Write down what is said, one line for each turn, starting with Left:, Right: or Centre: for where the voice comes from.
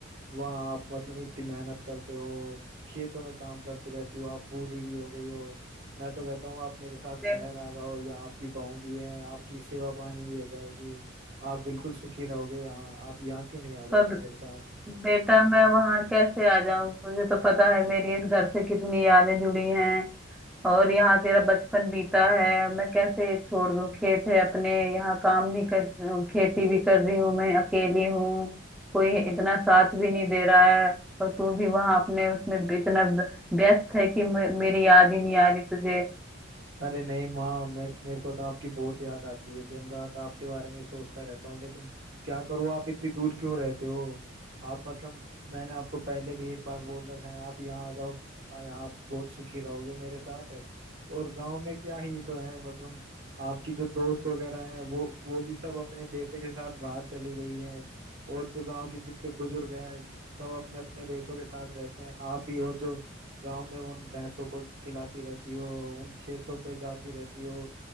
Right: वहाँ आप मतलब इतनी मेहनत करते हो खेतों में काम करती रहती हो आप बूढ़ी भी हो गई हो मैं तो कहता हूँ आप मेरे साथ
Centre: बे,
Right: शहर आ जाओ यहाँ आपकी बहू भी है आपकी सेवा पानी भी हो जाएगी आप बिल्कुल सुखी रहोगे यहाँ आप यहाँ क्यों नहीं आ जाते
Centre: पर
Right: मेरे साथ
Centre: बेटा मैं वहाँ कैसे आ जाऊँ तुझे तो पता है मेरी इस घर से कितनी यादें जुड़ी हैं और यहाँ तेरा बचपन बीता है मैं कैसे छोड़ दूँ खेत है अपने यहाँ काम भी कर खेती भी कर रही हूँ मैं अकेली हूँ कोई इतना साथ भी नहीं दे रहा है और तू भी वहाँ अपने उसमें इतना व्यस्त है कि मे- मेरी याद ही नहीं आ रही तुझे
Right: अरे नहीं माँ मेरे मेरे को तो आपकी बहुत याद आती है दिन रात आपके बारे में सोचता रहता हूँ लेकिन क्या करूँ आप इतनी दूर क्यों रहते हो आप मतलब मैंने आपको पहले भी एक बार बोल रखा है आप यहाँ आ जाओ आ- यहाँ आप बहुत सुखी रहोगे मेरे साथ है और गांव में क्या ही तो है मतलब आपकी जो दोस्त वगैरह हैं वो वो भी सब अपने बेटे के साथ बाहर चली गई हैं और जो गांव के जितने बुजुर्ग हैं सब अपने अपने बेटों के साथ रहते हैं आप ही हो जो गांव में उन भैंसों को खिलाती रहती हो उन खेतों पे जाती रहती हो